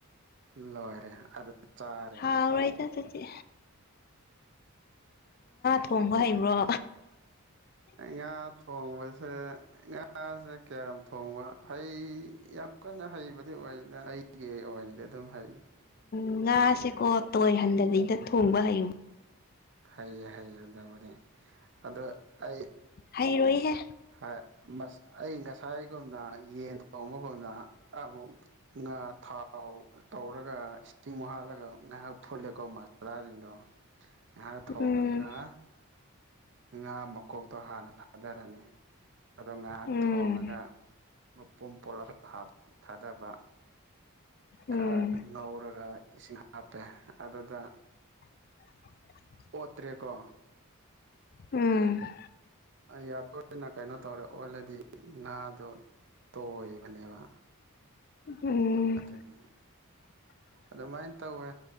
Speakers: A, on the right; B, on the left.
A: ꯂꯣꯏꯔꯦ ꯑꯗꯨ ꯆꯥꯔꯦ
B: ꯍꯥꯎꯔꯍꯤ ꯇ ꯇꯆ ꯊꯣꯡꯕ ꯍꯩꯕ꯭ꯔꯣ
A: ꯌꯥ <inaudible> <unintelligible> ꯊꯣꯡꯕꯁꯦ ꯉꯥꯁꯦ ꯀꯌꯥꯝ ꯊꯣꯡꯕ ꯍꯩ ꯌꯥꯝ ꯀꯟꯅ ꯍꯩꯕꯗꯤ ꯑꯣꯏ ꯑꯩꯒꯤ ꯑꯣꯏꯅꯗꯤ ꯑꯗꯨꯝ ꯍꯩ
B: ꯎ ꯉꯥꯁꯦꯀꯣ ꯇꯣꯏꯍꯟꯗꯕꯤꯩꯗ ꯊꯣꯡꯕ ꯍꯩꯌꯨ
A: ꯍꯩꯌꯦ ꯍꯩꯌꯦ ꯑꯗꯨꯕꯨꯗꯤ ꯑ ꯑꯩ
B: ꯍꯩꯔꯣꯏꯍꯦ
A: ꯍꯁ ꯑꯩ ꯉꯁ ꯉꯥꯏꯒꯨꯝꯅ ꯌꯦꯟ ꯊꯣꯡꯕꯒꯨꯝꯅ ꯑꯃꯨꯛ ꯉꯥ ꯊꯥꯎ ꯇꯧꯔꯒ ꯏꯁꯤꯡꯨ ꯍꯥꯜꯂꯒ ꯉꯥꯏꯍꯥꯛ ꯐꯨꯠꯂꯦꯀꯣ ꯃꯁꯣꯔꯥꯁꯤꯡꯗꯣ ꯉꯥꯏꯍꯥꯛ ꯊꯣꯡꯉꯒ
B: ꯎꯝ
A: ꯉꯥ ꯃꯀꯣꯛꯇꯣ ꯍꯥꯟꯅ ꯊꯥꯗꯔꯅꯤ ꯑꯗꯣ ꯉꯥꯏꯍꯥꯛ
B: ꯎꯝ
A: ꯊꯣꯡꯉꯒ ꯃꯄꯨꯝ ꯄꯣꯠꯂꯞ ꯊꯥꯗꯕ
B: ꯎꯝ
A: ꯈꯔ ꯉꯧꯔꯒ ꯏꯁꯤꯡ ꯍꯥꯞꯄꯦ ꯑꯗꯨꯗ
B: <unintelligible> <inaudible>
A: ꯑꯣꯠꯇ꯭ꯔꯦꯀꯣ
B: ꯎꯝ
A: ꯌꯥꯗꯣꯏꯅ ꯀꯩꯅꯣ ꯇꯧꯔꯦ ꯑꯣꯜꯂꯦꯗꯤ ꯉꯥꯗꯣ ꯇꯣꯏꯕꯅꯦꯕ
B: ꯎꯝ
A: ꯑꯗꯨꯒꯤ
B: <unintelligible> <inaudible>
A: ꯑꯗꯨꯃꯥꯏꯅ ꯇꯧꯋꯦ